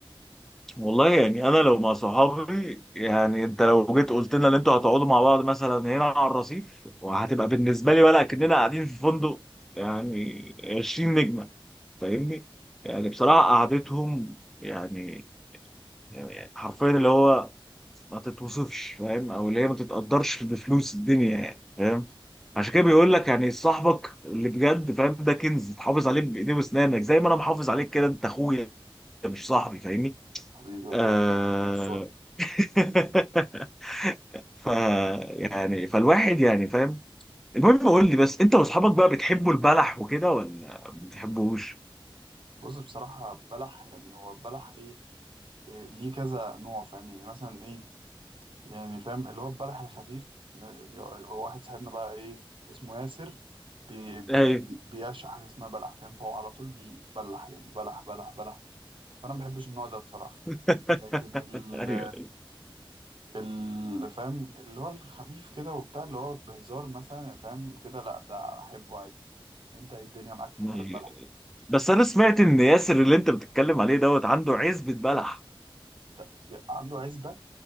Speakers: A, in the centre; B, on the right.
A: والله يعني انا لو مع صحابي يعني انت لو جيت قلت لنا ان انتوا هتقعدوا مع بعض مثلا هنا على الرصيف وهتبقى بالنسبه لي ولا كأننا قاعدين في فندق يعني 20 نجمه فاهمني يعني بصراحه قعدتهم يعني يعني حرفيا اللي هو ما تتوصفش فاهم او اللي هي ما تتقدرش بفلوس الدنيا يعني فاهم عشان كده بيقول لك يعني صاحبك اللي بجد فاهم ده كنز تحافظ عليه بايديه واسنانك زي ما انا محافظ عليك كده انت اخويا مش صاحبي فاهمني
B: حبيبي ولا
A: آه...
B: اخوك بس والله-
A: <laughs> ف يعني فالواحد يعني فاهم المهم قول لي بس انت واصحابك بقى بتحبوا البلح وكده ولا ما بتحبوش
B: بص بصراحة بلح يعني هو بلح ايه إيه، ليه كذا نوع فاهم يعني مثلا ايه يعني فاهم اللي هو البلح الخفيف ن- هو واحد صاحبنا بقى ايه اسمه ياسر بي بي-
A: ايوه
B: بيعشق حاجه اسمها بلح فاهم فهو على طول بيبلح يعني بلح بلح بلح فانا ما بحبش النوع ده بصراحه
A: <laughs>
B: لكن ال
A: ايوه
B: ال- فاهم اللي هو الخفيف كده وبتاع اللي هو بهزار مثلا يعني فاهم كده لا ده احبه عادي انت ايه الدنيا معاك في حوار
A: أيوة.
B: البلح
A: بس انا سمعت ان ياسر اللي انت بتتكلم عليه دوت عنده عزبة بلح
B: ده ي- عنده عزبه